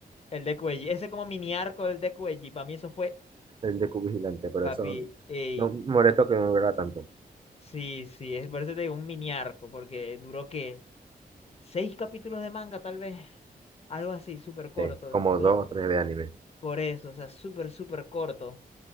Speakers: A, on the left; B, on the right.
A: El Deku Eiji. Ese como mini arco del Deku Eiji. Para mí eso fue
B: El de Q Vigilante, pero
A: Papi,
B: eso
A: ey,
B: no me molestó que no durara tanto.
A: sí, sí, es por eso te digo un mini arco, porque duró que seis capítulos de manga, tal vez, algo así, súper corto.
B: Sí, como
A: dos-
B: dos o tres de anime.
A: por eso, o sea, súper, súper corto.